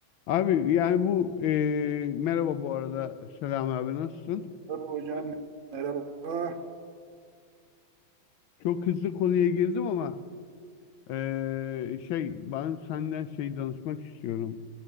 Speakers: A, on the left (about 80°); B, on the right (about 55°).
A: Abi yani bu e, merhaba bu arada Selam abi nasılsın?
B: Tabii hocam merhaba.
A: Çok hızlı konuya girdim ama e, şey ben senden şey danışmak istiyorum.